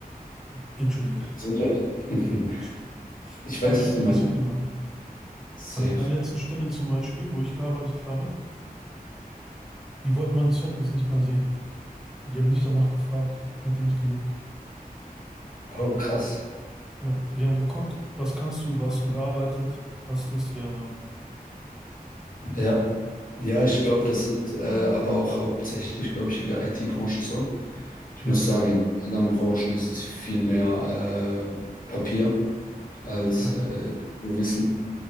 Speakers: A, in the centre; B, on the left.
A: Entschuldige.
B: Gesundheit. <laughs>
A: Dankeschön.
B: Ich weiß,
A: Der Abschuss
B: was du
A: interessiert
B: meinst.
A: niemanden.
B: Safe.
A: An meiner letzten Stelle zum Beispiel, wo ich gearbeitet habe, die wollten mein Zeugnis nicht mal sehen. Die haben nicht danach gefragt. Hat die nicht gejuckt.
B: Oh, krass.
A: Ja, die haben geguckt, was kannst du, wo hast du gearbeitet, hast das, ja, nein.
B: Ja. Ja, ich
A: Hast
B: glaube,
A: du.
B: das ist äh, aber auch hauptsächlich, glaube ich, in der IT-Branche so. Ich
A: Ja,
B: muss sagen, in anderen Branchen ist es viel mehr äh, Papier als
A: ja,
B: äh, nur Wissen.